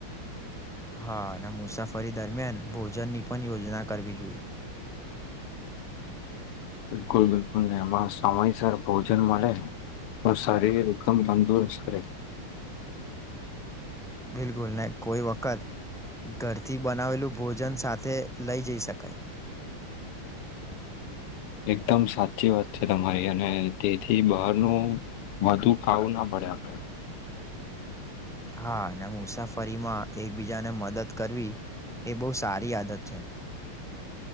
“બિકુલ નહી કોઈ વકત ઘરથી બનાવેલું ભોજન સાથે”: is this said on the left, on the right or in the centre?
Centre